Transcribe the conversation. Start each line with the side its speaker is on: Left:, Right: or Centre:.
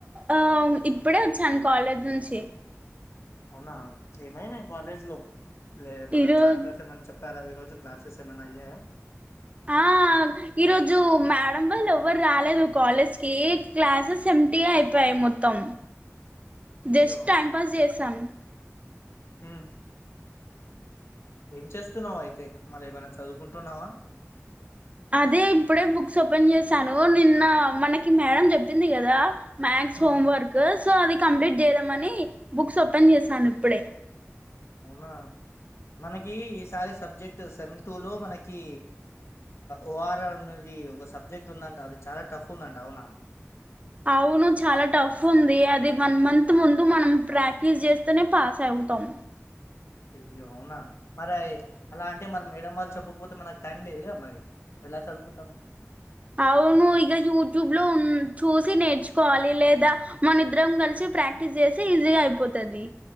Right: ఆ ఇప్పుడే వచ్చాను కాలేజ్ నుంచి
Left: అవునా ఏమైనయి కాలేజ్ లో లే మన
Right: ఈరోజు
Left: చాప్టర్స్ ఏమన్నా చె పారవి ఈ రోజ్ క్లాసెస్ ఏమన్నా అయ్యాయా
Right: ఆ ఈరోజు మేడం వాళ్ళు ఎవ్వరు రాలేదు కాలేజ్కి క్లాసెస్ ఎ ఉట్టిగ అయిపోయ మొత్తం
Left: అయ్యో
Right: జస్ట్ టైమ్ పాస్ చేసాం
Left: హ ఏం చేస్తున్నావు అయితే మరి ఏమైనా చదువుకుంటున్నావా
Right: అదే ఇప్పుడే బుక్స్ ఓపెన్ చేసాను నిన్న మనకి మేడం చెప్పింది కదా maths
Left: um,
Right: homework so అది కంప్లీట్ చేద్దామని బుక్స్ ఓపెన్ చేసాను ఇప్పుడే
Left: అవునా మనకి ఈసారి సబ్జెక్ట్ సెమ్ టు లో మనకి ఓఆర్ఆ అనేది ఒక సబ్జెక్ట్ ఉందంట అది చాలా టఫ్ ఉందంట అవునా
Right: అవును చాలా టఫ్ ఉంది అది వన్ మంత్ ముందు మనం ప్రాక్టీస్ చేస్తేనే పాస్ అవ తం
Left: అయ్యో అవునా మరి అ అలా అంటే మరి మేడం వాళ్ళు చెప్పకపోతే మనకు టైం లేదుగా మరి ఎలా చదువుకుంటానవ్
Right: అవును ఇక యూట్యూబ్ లో ఉ చూసి నేర్చుకోవాలి లేదా మన ఇద్దరం కలిసి ప్రాక్టీస్ చేస్తే ఈజీగా అయిపోతది